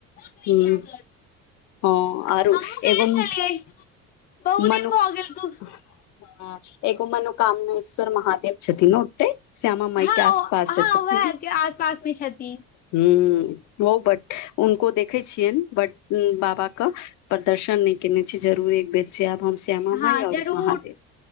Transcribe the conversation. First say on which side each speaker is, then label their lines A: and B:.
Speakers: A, on the left; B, on the left.
A: नीक
B: हूं
A: लागत
B: हँ आरो
A: हमहुँ गेल
B: एगो
A: छलियै
B: म्
A: बहुत
B: मनु
A: दिन भऽ गेल तू
B: हं एगो मनोकामनेश्वर महादेव छथिन ओते श्यामा माई
A: हँ
B: के आसपास से
A: हँ
B: छथिन
A: उएह के आस पास मे छथिन
B: हूं ओ बट हूनको देखै छियनि बट बाबा कऽ प्रदर्शन नय केने छै जरुरे बेर छै आब हम श्यामा
A: हँ
B: माइ आओर
A: जरूर
B: महादेव